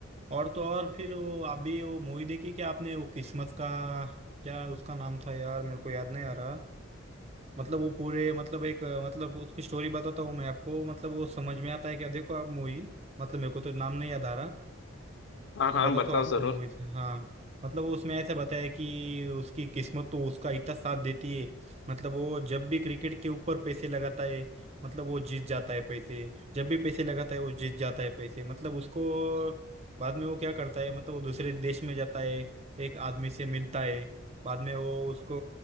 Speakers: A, on the right; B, on the left.
A: और तो और फिर वो आप भी वो मूवी देखी क्या आपने वो किस्मत का क्या उसका नाम था यार मेरे को याद नहीं आ रहा मतलब वो पूरे मतलब एक अ, मतलब उसकी स्टोरी बताता हूँ मैं आपको मतलब वो समझ में आता है कि देखो आप मूवी मतलब मेरे को तो नाम नहीं याद आ रहा
B: हाँ
A: मैं
B: हाँ
A: बता
B: बताओ
A: तो आपको
B: जरूर
A: मूवी हाँ मतलब वो उसमें ऐसा बताया कि उसकी किस्मत तो उसका इतना साथ देती है मतलब वो जब भी क्रिकेट के ऊपर पैसे लगाता है मतलब वो जीत जाता है पैसे जब भी पैसे लगाता है वो जीत जाता है पैसे मतलब उसको बाद में वो क्या करता है मतलब वो दूसरे देश में जाता है एक आदमी से मिलता है बाद में वो उसको